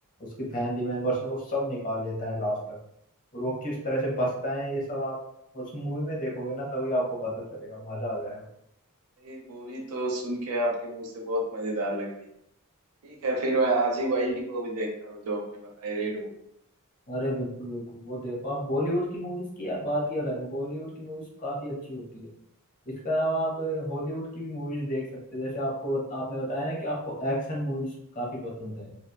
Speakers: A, on the left; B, on the right.
A: उसकी फैमिली मेंबर्स ने वो सब निकाल लेता है लास्ट तक और वो किस तरह से बचता है ये सब आप उस मूवी में देखोगे ना तभी आपको पता चलेगा मजा आ जाएगा
B: है ये मूवी तो सुन के आपके मुंह से बहुत मजेदार लग रही है ठीक है फिर मैं आज ही वही मूवी देखता हूँ जो आपने बताई रेड मूवी
A: अरे बिल्कुल बिल्कुल वो देखो आप बॉलीवुड की मूवीज की यार बात ही अलग है बॉलीवुड की मूवीज काफी अच्छी होती है इसके अलावा आप हॉलीवुड की भी मूवीज देख सकते हैं जैसे आपको आपने बताया ना कि आपको एक्शन मूवीज काफी पसंद है